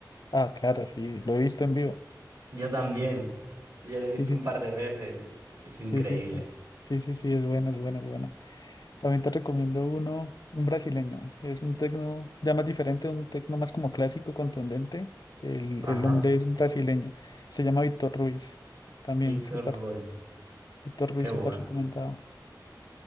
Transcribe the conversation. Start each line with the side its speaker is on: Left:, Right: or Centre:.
Left: Ah, claro, sí, lo he visto en vivo.
Right: Yo también. Yo lo he visto
Left: Sí, sí,
Right: un par de veces. Es
Left: sí,
Right: increíble.
Left: sí, sí. Sí, sí, sí, es buena, es buena, es buena. También te recomiendo uno, un brasileño. Es un tecno ya más diferente, un tecno más como clásico, contundente. El,
Right: Ajá.
Left: el hombre es brasileño. Se llama Víctor Ruiz. También
Right: Víctor
Left: súper,
Right: Ruiz.
Left: Víctor Ruiz
Right: Qué bueno.
Left: súper recomendado.